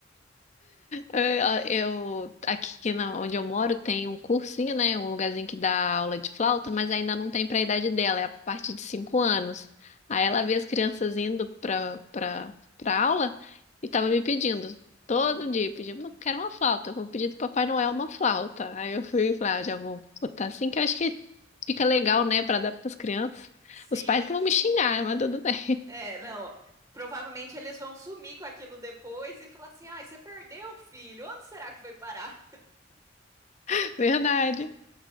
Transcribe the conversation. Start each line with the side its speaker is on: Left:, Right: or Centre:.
Left: É, Eu, aqui na, onde eu moro tem um cursinho, né? Um lugarzinho que dá aula de flauta, mas ainda não tem para a idade dela, é a partir de cinco anos. Aí ela vê as crianças indo para para para aula e tava me pedindo, todo
Right: Uhum.
Left: dia, pedindo, eu quero uma flauta, eu vou pedir do Papai Noel uma flauta. Aí eu fui e falei, ah, já vou botar assim, que eu acho que fica legal, né, para dar para as crianças.
Right: Sim,
Left: Os pais que vão
Right: sim.
Left: me xingar, mas tudo bem.
Right: É, não. Provavelmente eles vão sumir com aquilo depois e falar assim: ai, você perdeu, filho, onde será que foi parar?
Left: <laughs> Verdade.